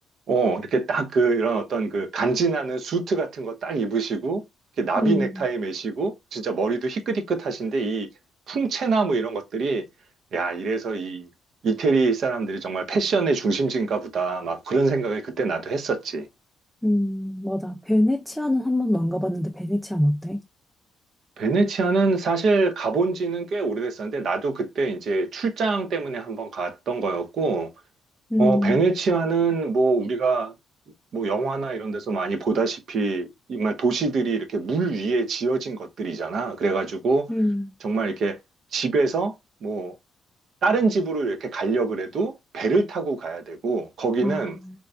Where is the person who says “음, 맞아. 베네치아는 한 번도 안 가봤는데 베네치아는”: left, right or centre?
Centre